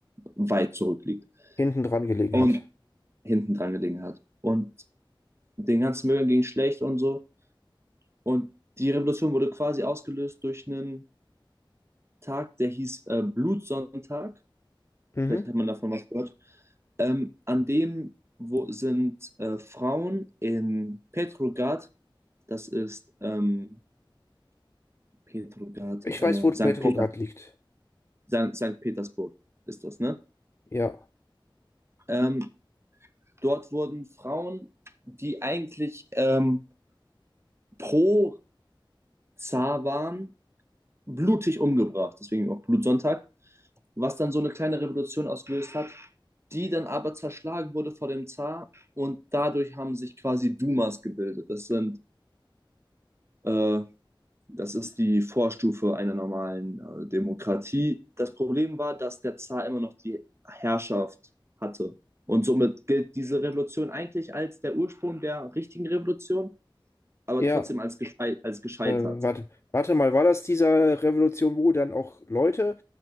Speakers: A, on the right (about 30°); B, on the left (about 30°).
A: weit zurückliegt
B: Hinten dran gelegen
A: und
B: hat.
A: hinten dran gelegen hat. Und den ganzen Müll ging schlecht und so. Und die Revolution wurde quasi ausgelöst durch einen Tag, der hieß äh, Blutsonntag.
B: Mhm.
A: Vielleicht hat man davon was gehört. Ähm, an dem wo sind äh, Frauen in Petrograd Das ist ähm, Petrograd,
B: Ich
A: äh,
B: weiß, wo Petrograd
A: St. Peter,
B: liegt.
A: St. St. Petersburg ist das, ne?
B: Ja,
A: Ähm, dort wurden Frauen, die eigentlich ähm, pro Zar waren, blutig umgebracht, deswegen auch Blutsonntag, was dann so eine kleine Revolution ausgelöst hat, die dann aber zerschlagen wurde vor dem Zar und dadurch haben sich quasi Dumas gebildet. Das sind äh, Das ist die Vorstufe einer normalen äh, Demokratie. Das Problem war, dass der Zar immer noch die Herrschaft hatte. Und somit gilt diese Revolution eigentlich als der Ursprung der richtigen Revolution, aber
B: ja.
A: trotzdem als, gescheit als gescheitert.
B: Ähm, warte, warte mal, war das dieser Revolution, wo dann auch Leute